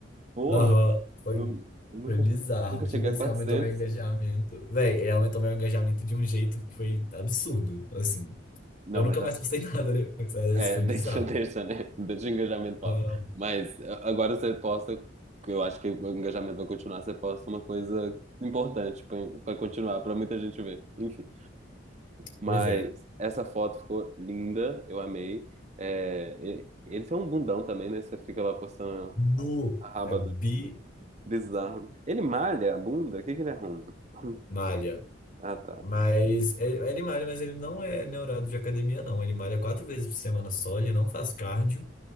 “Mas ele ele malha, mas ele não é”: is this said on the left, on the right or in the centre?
Left